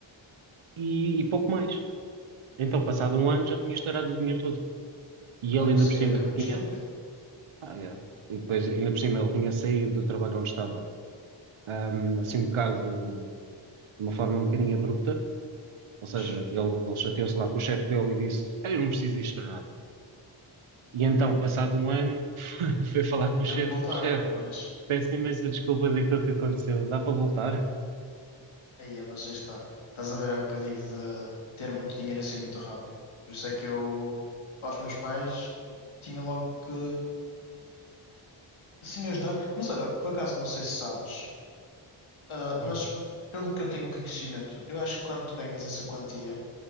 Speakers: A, on the right; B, on the left.
A: e, e pouco mais. Então, passado um ano, já tinha estourado o dinheiro todo. E
B: Pá,
A: ele
B: isso
A: ainda por
B: aí
A: cima
B: é que é muito
A: tinha.
B: estúpido, pá.
A: Ah, yeah. E depois, ainda por cima, ele tinha saído do trabalho onde estava, ahm, assim um bocado, de uma forma um bocadinho abrupta. Ou seja,
B: Mas
A: ele, ele chateou-se lá com o chefe dele e disse: "Ah, Eu não preciso disto para nada. E então, passado um ano, <laughs> foi falar com o
B: teve
A: chefe,
B: que voltar,
A: chefe,
B: pois.
A: peço imensa desculpa daquilo que aconteceu, dá para voltar?
B: Aí, é, mas aí está. Estás a ver, é o que eu digo de ter muito dinheiro assim muito rápido. Por isso é que eu, aos meus pais, tinha logo que assim ajudar. Mas olha, por acaso não sei se sabes, ah,
A: Não.
B: mas pelo que eu tenho conhecimento, eu acho que quando tu ganhas essa quantia,